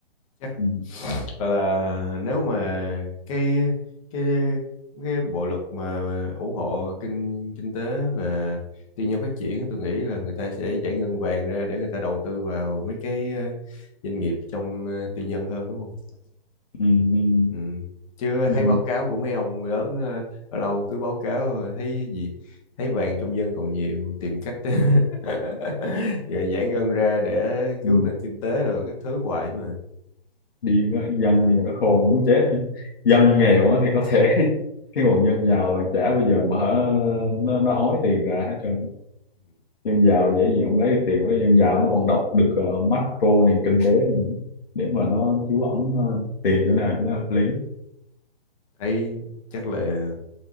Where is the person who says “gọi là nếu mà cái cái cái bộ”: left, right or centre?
Left